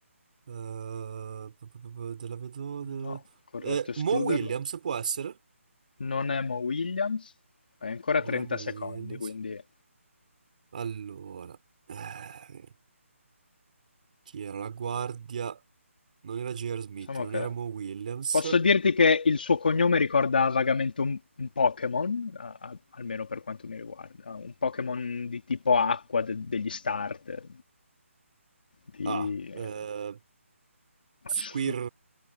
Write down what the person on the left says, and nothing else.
No, corretto,
escluderlo.
Non è Mo Williams. Hai ancora
30
secondi,
quindi
diciamo
che...
Posso dirti che il suo cognome ricorda vagamente un, un Pokémon, a- a- almeno per quanto mi riguarda, un Pokémon di tipo acqua de- degli starter, di...
eh,
Sh...